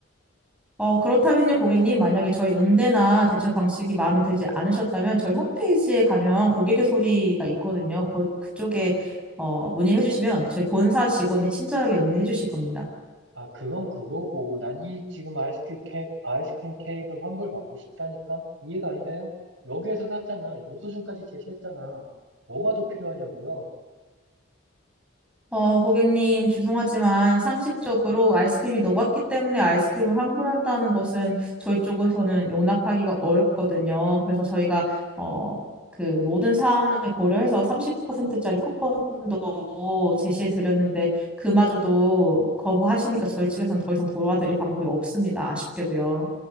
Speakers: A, in the centre; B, on the right (about 75°).
A: 어, 그렇다면요, 고객님, 만약에 저희 응대나 대처 방식이 마음에 들지 않으셨다면 저희 홈페이지에 가면 고객의 소리가 있거든요. 거, 그쪽에 어, 문의를 해주시면 저희 본사 직원이 친절하게 응대해 주실 겁니다.
B: 아, 그건 그거고. 난 이 지금 아이스크림, 케, 아이스크림 케이크를 환불받고 싶다니까? 이해가 안 돼요? 여기에서 샀잖아. 영수증까지 제시했잖아. 뭐가 더 필요하냐고요?
A: 어, 고객님, 죄송하지만 상식적으로 아이스크림이 녹았기 때문에 아이스크림을 환불한다는 것은 저희 쪽에서는 용납하기가 어렵거든요. 그래서 저희가, 어, 그 모든 사안을 고려해서 30%짜리 쿠폰도 제시해 드렸는데 그마저도 거부하시니까 저희 측에서는 더 이상 도와드릴 방법이 없습니다. 아쉽게도요.